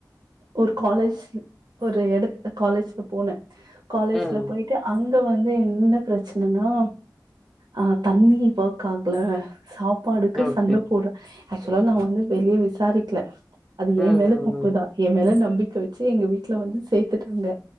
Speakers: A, on the right; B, in the centre.
A: ஒரு காலேஜ் ஒரு எடத் காலேஜ்க்கு போனே காலேஜ்ல
B: ம்.
A: போய்ட்டு அங் க வந்து என்ன பிரச்சனனா அ தண்ணி ஒர்க் ஆக்ல சாப் பாடுக்கு
B: ஓகே.
A: சண்ட போட்ற ஆக்சுவலா நா வந்து வெளியே விசாரிக்கல அது
B: ம்.
A: எ மேல தப்புதா
B: ம்.
A: எ மேல நம் பிக்க வச்சி எங்க வீட்ல வந்து சேத்துட்டாங்க